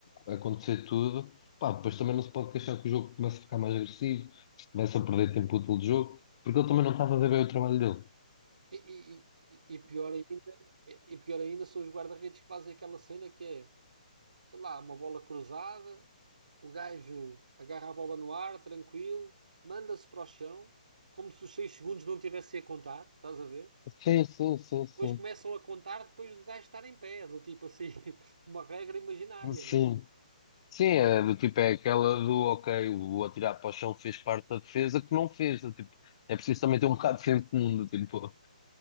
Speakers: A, on the left; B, on the right.
A: acontecer tudo. Pá, depois também não se pode queixar que o jogo começa a ficar mais agressivo, se começa a perder tempo útil de jogo, porque ele também não está a fazer bem o trabalho dele.
B: E, e- e- pior ainda, e e pior ainda são os guarda-redes que fazem aquela cena que é, sei lá, uma bola cruzada, o gajo agarra a bola no ar, tranquilo, manda-se para o chão, como se os 6 segundos não tivessem a contar, estás a ver?
A: Sim, sim, sim, sim.
B: Depois começam a contar depois do gajo estar em pé, do tipo assim, <laughs> uma regra imaginária,
A: Sim.
B: né?
A: Sim, é do tipo, é aquela do ok, o atirar para o chão fez parte da defesa que não fez. do tipo, é preciso também ter um bocado de senso de mundo, tipo.